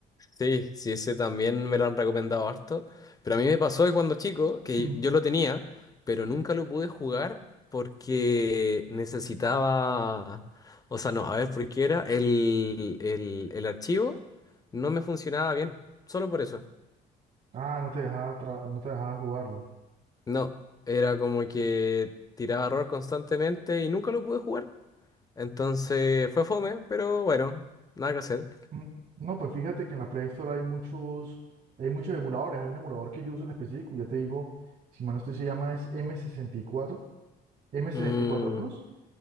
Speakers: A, on the left; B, on the right.
A: Sí, sí, ese también me lo han recomendado harto. Pero a mí me pasó que cuando chico, que
B: <clears throat>
A: yo lo tenía, pero nunca lo pude jugar porque necesitaba. O sea, no, a ver, por qué era. El, el, el archivo no me funcionaba bien. Solo por eso.
B: Ah, no te dejaba, tra- no te dejaba jugarlo.
A: No, era como que tiraba error constantemente y nunca lo pude jugar. Entonces fue fome, pero bueno, nada que hacer.
B: Mm, No, pues fíjate que en la Play Store hay muchos, hay muchos emuladores. Hay un emulador que yo uso en específico, ya te digo, si mal no estoy, se llama es m sesenta y cuatro, m sesenta
A: Mm,
B: y cuatro Plus,